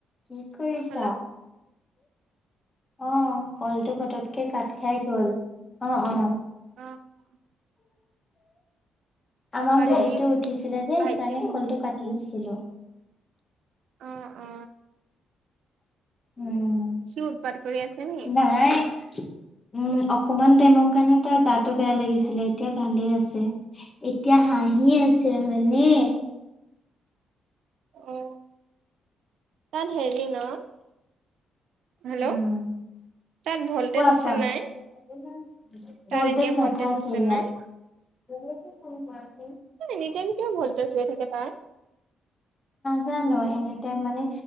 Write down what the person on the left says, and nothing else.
কি কৰিছা
অ কলটো পটককে কাত খাই গল অ অ
আমাৰ
ভভিটো উঠিছিলে যে
সেইকাৰণে শলটো কাটি দিছিলো
উম
নাই উম অকমান টাইমৰ কাৰণে তাৰ গাতটো বেয়া লাগিছিলে এতিয়া ভালে আছে এতিয়া হাঁহি আছে হয়নে
উম,
কোৱা
কোৱা <unintelligible>
ভল্টেজ
নাথাকাকেইবাৰ
<unintelligible> গ <unintelligible> কোন <unintelligible> কোৱা
জানো এনিটাইম মানে